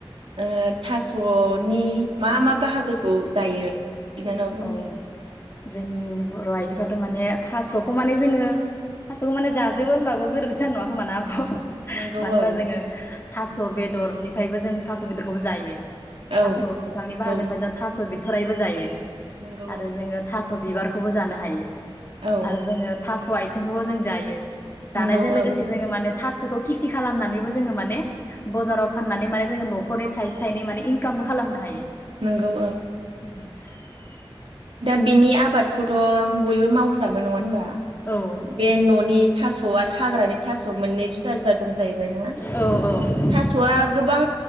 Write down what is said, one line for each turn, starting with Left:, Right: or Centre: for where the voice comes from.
Right: ओ थास'नि मा मा बाहागोखौ जायो? बिनानावा बुंदो
Left: औ जोंनि बर' आइजोफ्राथ' माने थास'खौ माने जोङो थास'खौ माने जाजोबो होनबाबो गोरोन्थि जानाय नङा खोमाना आब'?
Right: नंगौ
Left: मानो होनबा
Right: औ
Left: जोङो थास' बेदरनिफायबो जों थास' बेदरखौबो जायो।
Right: औ
Left: थास'
Right: नंगौ
Left: बिफांनि बाहागोनि फाय जों थास' बि थरायबो जायो।
Right: नंगौ
Left: आरो
Right: औ
Left: जोङो थास' बिबारखौ खौबो जानो हायो।
Right: औ
Left: आरो जोङो थास' आय थिंखौबो जों जायो।
Right: नंगौ
Left: जानायजों
Right: औ
Left: लोगोसे जोङो माने थास'खौ खिथि खालामनानैबो जोङो माने बजाराव फाननानै माने जोङो न'खरनि थाइसे थाइनै माने इंकामबो खालामनो हायो।
Right: नोंगौ औ
Left: <unintelligible>
Right: दा बिनि आबादखौथ' बयबो मावफ्रामो नङा होनबा?
Left: औ
Right: बे न'नि थास' आरो हाग्रानि थास' मोननै जुदा जुदा दं जाहैबायना
Left: औ
Right: थास'आ गोबां